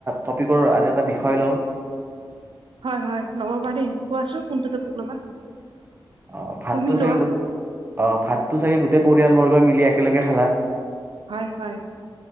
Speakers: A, on the right; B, on the right.
A: টপিকৰ আজি এটা বিষয় লওঁ। <unintelligible>
B: হয় হয় ল'ব পাৰি কোৱাছো কোনটো টপিক ল'বা
A: অ ভাতটো
B: তুমি
A: চাগে
B: লোৱা
A: অ ভাতটো চাগে গোটেই পৰিয়ালবৰ্গই মিলি একেলগে খালা।
B: হয় হয়।